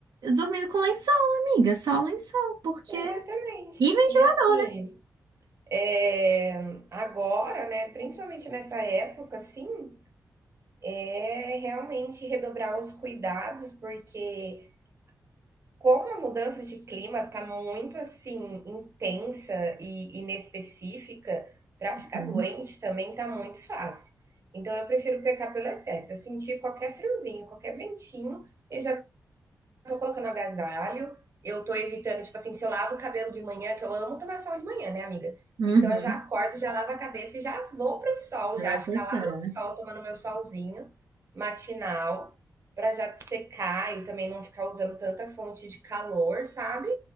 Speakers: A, on the right; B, on the right.
A: dormindo com lençol, amiga, só lençol, porque
B: Exatamente.
A: e ventilador,
B: E assim,
A: né?
B: é, agora, né, principalmente nessa época, assim, é realmente redobrar os cuidados, porque Como a mudança de clima está muito assim intensa e inespecífica, para ficar
A: Uhum.
B: doente também tá muito fácil. Então eu prefiro pecar pelo excesso. Eu senti qualquer friozinho, qualquer ventinho, eu já tô colocando agasalho, eu tô evitando, tipo assim, se eu lavo o cabelo de manhã, que eu amo tomar sol de manhã, né, amiga?
A: Uhum.
B: Então eu já acordo, já lavo a cabeça e já vou pro sol,
A: Não
B: já
A: é
B: ficar
A: possível,
B: lá no sol,
A: né?
B: tomando meu solzinho matinal, pra já secar e também não ficar usando tanta fonte de calor, sabe?